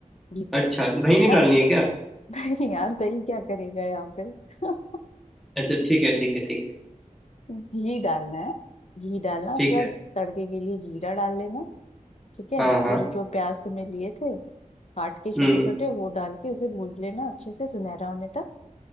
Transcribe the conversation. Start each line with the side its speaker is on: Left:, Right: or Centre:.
Left: घी
Centre: अच्छा तो दही नहीं
Left: ना
Centre: डालनी है क्या
Left: <laughs> नहीं यार दही क्या करेगा यहाँ पे <laughs>
Centre: अच्छा ठीक है ठीक है ठीक है
Left: घी डालना है घी डालना उसके
Centre: ठीक
Left: बाद
Centre: है
Left: तड़के के लिए जीरा डाल लेना ठीक है
Centre: हाँ हाँ
Left: फिर जो प्याज तुमने लिए थे काट के छोटे
Centre: हम्म
Left: छोटे वो डाल के उसे भून लेना अच्छे से सुनहरा होने तक